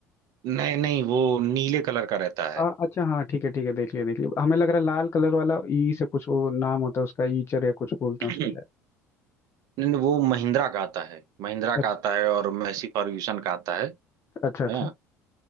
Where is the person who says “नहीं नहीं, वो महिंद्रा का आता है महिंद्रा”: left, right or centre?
Right